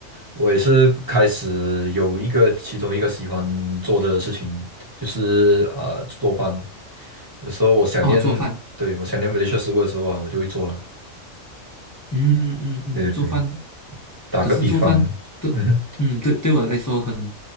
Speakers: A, on the right (about 20°); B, on the left (about 25°).
A: 我也是开始有一个其中一个喜欢做的事情，就是啊呃做饭哦。有时候我想念，
B: 哦，做饭，
A: 对，我想念马来西亚食物的时候啊，我就会做了。
B: 嗯嗯嗯，
A: 对对对，
B: 做饭，
A: 打个比方，
B: 可是做饭对，
A: 嗯哼，
B: 嗯对对我来说很，